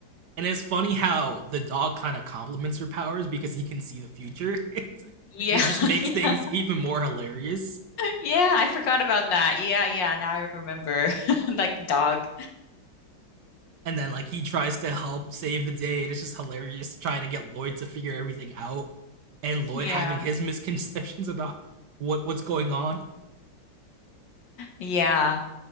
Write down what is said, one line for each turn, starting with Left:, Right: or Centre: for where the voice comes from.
Right: And it's funny how the dog kind of complements her powers because he can see the future, <laughs> and
Left: Yeah.
Right: it just makes things
Left: <laughs>
Right: even more hilarious
Left: Yeah. I forgot about that. Yeah. Yeah. Now I remember. <laughs> Like dog.
Right: and then like he tries to help save the day, and it's just hilarious trying to get Lloyd to figure everything out, and Lloyd
Left: Yeah.
Right: having his <laughs> misconceptions about what what's going on.
Left: Yeah.